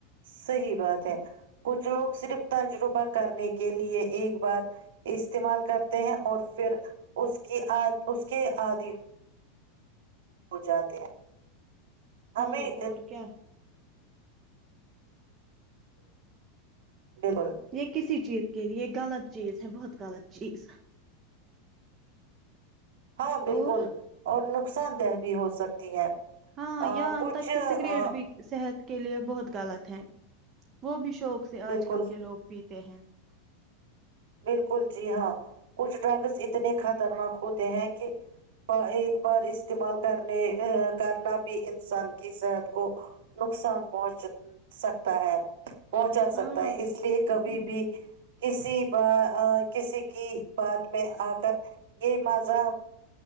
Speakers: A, on the right (about 70°); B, on the right (about 35°).
A: صحی بات ہے کچھ لوگ صرف تجربہ کرنے کے لیے ایک بار استعمال کرتے ہیں اور پھر اس کی اس کے آدی ہو جاتے ہیں
B: ہاں
A: ہمیں
B: اور کیا
A: بالکل
B: یہ کسی چیز کے لیے غلط چیز ہے بہت غلط چیز
A: ہاں بالکل
B: اور
A: اور ن نقصان دہ بھی ہو سکتی ہے
B: ہاں
A: آ،
B: یہاں
A: کچھ
B: تک کہ سگریٹ
A: آ،
B: بھی صحت کے لیے بہت غلط ہے وہ بھی شوق سے
A: بالکل
B: آج کل کے لوگ بھییتے ت ہیں <unintelligible>
A: بالکل جی ہاں کچھ ڈرگ س اتنے کھ خطرناک ہوتے ہیں کہ ایک بار استعمال کرنے کرنا بھی انسان کی صحت کو نقصان پہنچ سکتا ہے پہنچا سکتا
B: ہاں
A: ہے اس لیے کبھی بھی بھی کسی ب کسی <unintelligible> کی بات میں آ کر یہ مذہ